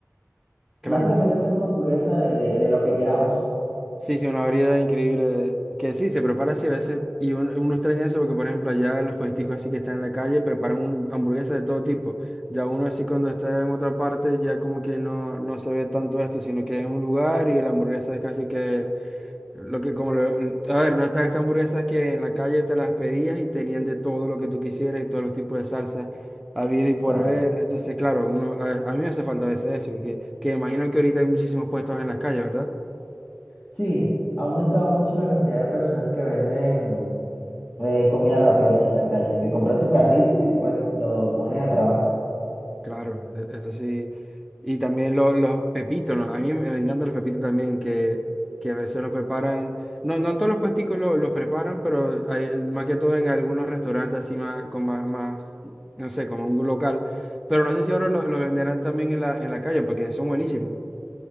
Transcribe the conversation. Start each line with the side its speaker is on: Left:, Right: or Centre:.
Centre: Claro,
Left: básicamente hacemos hamburguesa de, de- de lo que queramos. <laughs>
Centre: Sí, sí, una variedad increíble de- que sí, se prepara así a veces y un- uno extraña eso porque, por ejemplo, allá los puesticos así que están en la calle preparan un- hamburguesas de todo tipo. Ya uno así cuando está en otra parte ya como que no, no se ve tanto esto, sino que es un lugar y la hamburguesa es casi que lo que como lo- a ver, no están estas hamburguesas que en la calle te las pedías y tenían de todo lo que tú quisieras y todos los tipos de salsas habido y por
Left: Claro.
Centre: haber. Entonces, claro, uno a, a mí me hace falta a veces eso, que, que imagino que ahorita hay muchísimos puestos en las calles, ¿verdad?
Left: Sí, ha aumentado mucho la cantidad de personas que venden eh, comida rápida así en la calle, que compran su carrito y pues lo ponen a trabajar.
Centre: Claro, e- es así. Y también lo- los pepitos, ¿no? A mí me me encantan los pepitos también, que, que a veces los preparan. No, no en todos los puesticos lo- los preparan, pero hay- más que todo en algunos restaurantes así más, con más, más, no sé, como un local. Pero no sé si ahora lo- los venderán también en la, en la calle, porque son buenísimos.